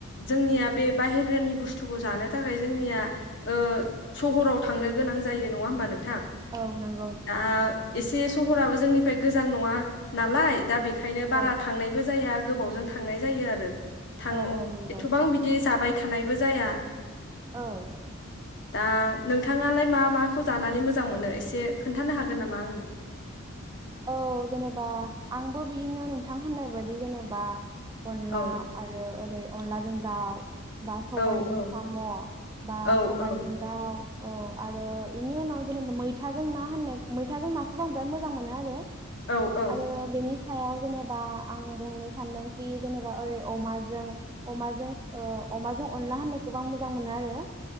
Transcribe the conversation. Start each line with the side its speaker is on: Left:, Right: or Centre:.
Left: जोंनिया बे बाहेरानि बुस्थुखौ जानो थाखाय जोंनिया ओ सहराव थांनो गोनां जायो नङा होमबा नों
Right: औ नों
Left: दा एसे सहराबो जोंनि फ्राय गोजान नङा नालाय दा बे खायनो बारा
Right: औ
Left: थांनायबो जाया, गोब बावजों थांनाय जा जायो आरो थां
Right: औ औ नंगौ
Left: एथबां बिदि जाबाय थानायबो जाया।
Right: औ
Left: दा नोंथाङालाय मा माखौ जानानै मोजां मोनो एसे खोन्थानो हागोन नामा आंनो?
Right: औ जेनेबा आंबो बिदिनो नोंथां होननाय बायदि जेनेबा अनला
Left: औ
Right: आरो ओरै अनलाजों दाउ, बा सबायजों
Left: औ औ
Right: साम', बा
Left: औ
Right: सबायजों
Left: औ
Right: दाउ। औ आरो बेनि उनाव जेनेबा मैथाजों ना होननाय मैथाजों नाखौबो आं बिराद मोजां मो नो आरो।
Left: औ औ
Right: आरो बेनि स सायाव जेनेबा आं बुंनो सान्दोंखि जेनेबा ओरै अमाजों अमाजों-ओ-अमाजों अनला होननायखौबो आं मोजां मोनो आरो